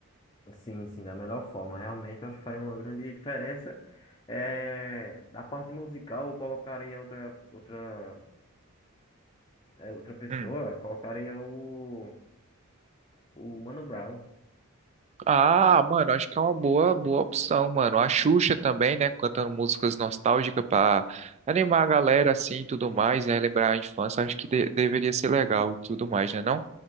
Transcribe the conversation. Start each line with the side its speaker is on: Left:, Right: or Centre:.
Left: Sim, sim, da melhor forma. Realmente, eu acho que faria uma grande diferença. É, da parte musical, eu colocaria outra, outra, é, outra pessoa,
Right: Hum.
Left: colocaria o. O Mano Brown.
Right: Ah, mano, acho que é uma boa, boa opção, mano. A Xuxa também, né, cantando músicas nostálgicas pra animar a galera assim e tudo mais, né, lembrar a infância, acho que de- deveria ser legal e tudo mais, né, não?